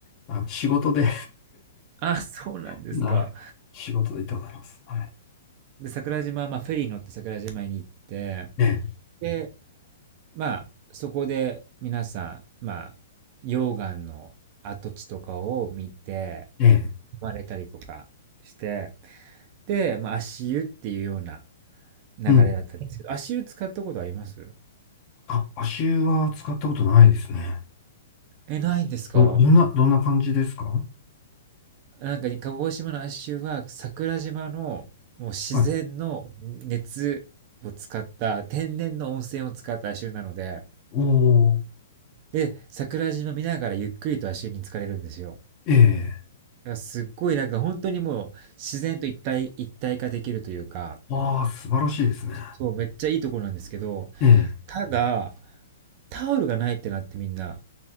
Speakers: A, on the left (about 30°); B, on the right (about 35°).
A: あの、仕事で、
B: あ、そうなんですか。
A: <laughs> な、仕事で行ったことあります。はい。
B: で、桜島、まあ、フェリー乗って桜島に行って、
A: ええ、
B: で、まあ、そこで皆さん、まあ、溶岩の跡地とかを見て、
A: ええ、
B: 踏まれたりとかして、で、まあ、足湯っていうような流れだったんですけど、
A: うん。
B: 足湯使ったことあります
A: あ、足湯は使ったことないですね。
B: え、ないんですか
A: ど、どんな、どんな感じですか
B: なんか鹿児島の亜州は桜島のもう自然の熱を使った天然の温泉を使った亜州なので、
A: はい。おー、
B: で、桜島見ながらゆっくりと亜州に浸かれるんですよ。
A: ええ、
B: だからすっごいなんか本当にもう自然と一体、一体化できるというか、
A: ああ、素晴らしいですね。
B: そう、めっちゃいいところなんですけど、
A: ええ、
B: ただ、タオルがないってなってみんな。